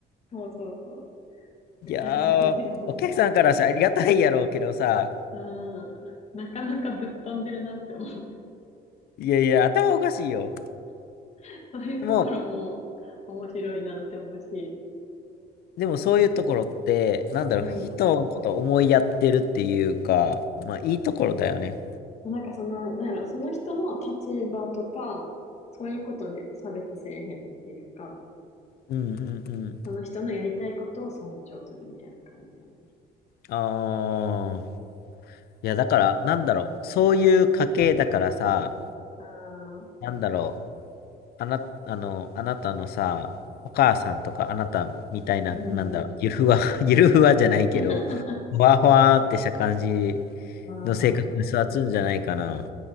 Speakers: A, on the left (about 40°); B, on the left (about 65°).
A: そうそうそう。だから、
B: いやー、
A: もう、
B: お客さんからさありがたいやろうけどさ、
A: あのうん、なかなかぶっ飛んでるなって思う。
B: いやいや、頭おかしいよ。
A: <laughs> そういうところも面白いなって思うし、
B: でも、でもそういうところって、なんだろう、
A: うん。
B: 人のこと思いやってるっていうか、まあいいところだよね。
A: なんかその、なんやろ、その人の立場とか、そういうことで差別せえへんっていうか、
B: うんうんうん。
A: その人のやりたいことを尊重するみたいな感じやな。
B: ああ、いやだから、なんだろう、そういう家系だからさ、
A: ああ、
B: なんだろう、あな、あの、あなたのさ、お母さんとかあなたみたいな、
A: うんうん。
B: なんだろう、ゆるふわ、<laughs> ゆるふわじゃないけど、
A: <laughs>
B: ふわふわってした感じ
A: ああ、
B: の性格に育つんじゃないかな。